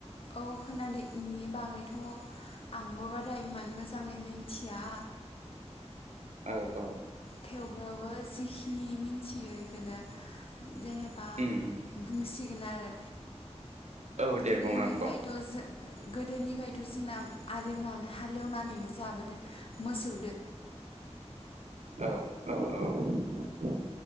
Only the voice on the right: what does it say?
औ-औ।
उम
औ दे
बुं आब' ओ
ओ औ। औ-औ।